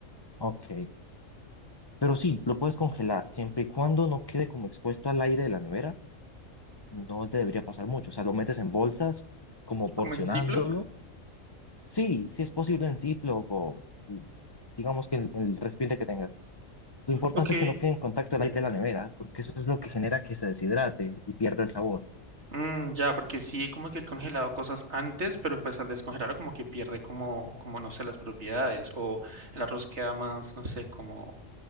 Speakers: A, on the left; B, on the right.
A: ok. Pero sí, lo puedes congelar siempre y cuando no quede como expuesto al aire de la nevera. No te debería pasar mucho. O sea, lo metes en bolsas, como porcionándolo
B: ¿Como en Ziploc?
A: Sí, sí es posible en Ziploc o mm, digamos que el, el recipiente que tenga. Lo importante
B: Ok.
A: es que no quede en contacto el aire de la nevera, porque eso es lo que genera que se deshidrate y pierda el sabor.
B: Mm, ya, porque sí, como que he congelado cosas antes, pero pues al descongelarlo como que pierde como, como no sé, las propiedades. O el arroz queda más, no sé, como